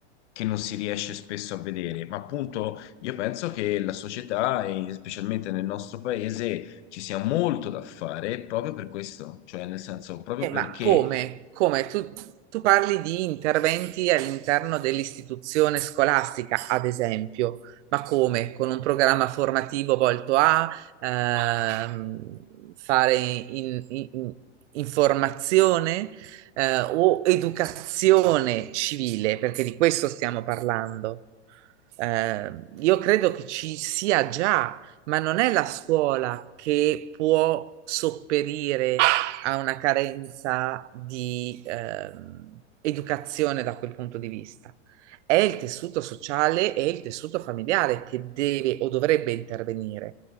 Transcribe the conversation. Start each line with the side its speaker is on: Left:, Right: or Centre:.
Left: che non si riesce spesso a vedere, ma appunto io penso che la società, e specialmente nel nostro paese, ci sia molto da fare proprio per questo, cioè nel senso proprio
Right: Eh,
Left: perché
Right: ma come? Come? Tu, tu parli di interventi all'interno dell'istituzione scolastica, ad esempio, ma come? Con un programma formativo volto a ehm, fare in- in- in- informazione eh, o educazione civile, perché di questo stiamo parlando. Eh, io credo che ci sia già, ma non è la scuola che può sopperire ha una carenza di ehm, educazione da quel punto di vista. È il tessuto sociale e il tessuto familiare che deve o dovrebbe intervenire.